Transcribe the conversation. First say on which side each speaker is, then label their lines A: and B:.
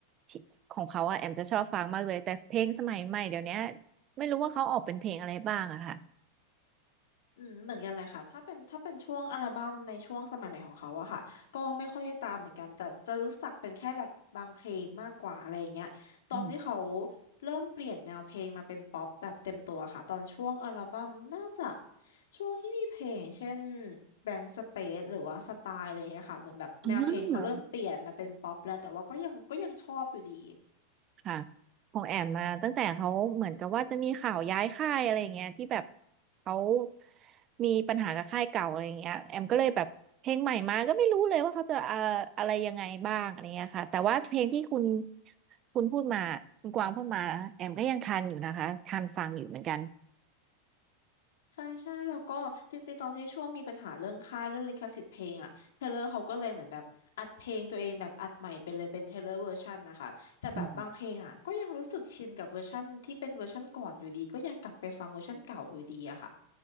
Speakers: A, on the right; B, on the left.
A: ที่ของเขาอ่ะแอมจะชอบฟังมากเลย แต่เพลงสมัยใหม่เดี๋ยวเนี้ยไม่รู้ว่าเขาออกเป็นเพลงอะไรบ้างอะค่ะ
B: อืมเหมือนกันเลยค่ะ ถ้าเป็นถ้าเป็นช่วงอัลบั้มในช่วงสมัยใหม่ของเขาอะค่ะก็ไม่ค่อยได้ตามเหมือนกัน แต่จะรู้จักเป็นแค่แบบบางเพลงมากกว่าอะไรอย่างเงี้ย ตอนที่เขา
A: อืม
B: เริ่มเปลี่ยนแนวเพลงมาเป็นป๊อปแบบเต็มตัวค่ะ ตอนช่วงอัลบั้มน่าจะช่วงที่มีเพลงเช่น Blank Space หรือว่าสไตล์อะไรอย่างเงี้ยค่ะเหมือนแบบแนวเพลงเขาเริ่มเปลี่ยนมาเป็นป๊อปแล้วแต่ว่าก็ยังก็ยังชอบอยู่ดี
A: อืม ค่ะของแอมมาตั้งแต่เขาเหมือนกับว่าจะมีข่าวย้ายค่ายอะไรอย่างเงี้ยที่แบบเขามีปัญหากับค่ายเก่าอะไรอย่างเงี้ยแอมก็เลยแบบเพลงใหม่มาก็ไม่รู้เลยว่าเขาจะเอ่ออะไรยังไงบ้างอะไรเงี้ยค่ะแต่ว่าเพลงที่คุณคุณพูดมาคุณกวางพูดมาแอมก็ยังทันอยู่นะคะทันฟังอยู่เหมือนกัน
B: ใช่ใช่แล้วก็จริงๆตอนที่ช่วงมีปัญหาเรื่องค่ายเรื่องลิขสิทธิ์เพลงอะเทเลอร์เขาก็เลยเหมือนแบบอัดเพลงตัวเองแบบอัดใหม่ไปเลยเป็นเทเลอร์เวอร์ชันนะคะแต่แบบบางเพลงอะก็ยังรู้สึกชินกับเวอร์ชันที่เป็นเวอร์ชันก่อนอยู่ดีก็ยังกลับไปฟังเวอร์ชันเก่าอยู่ดีอะค่ะ
A: อืม